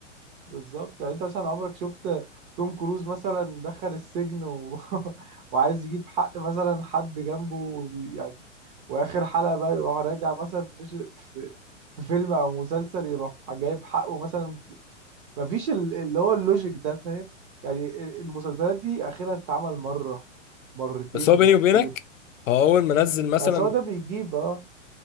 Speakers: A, on the right; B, on the left.
A: بالظبط يعني انت مثلا عمرك شفت توم كروز مثلا دخل السجن و... <laughs> وعايز يجيب حق مثلا حد جنبه وبي- يعني واخر حلقة بقى يروح راجع مثلا في مش في في فيلم او مسلسل يروح جايب حقه مثلا مفيش ال- اللي هو اللوجيك ده فاهم يعني ال- المسلسلات دي اخرها تتعمل مرة مرتين
B: بس هو بيني
A: بالكتير
B: وبينك هو اول ما نزل مثلا
A: بس هو ده بيجيب اه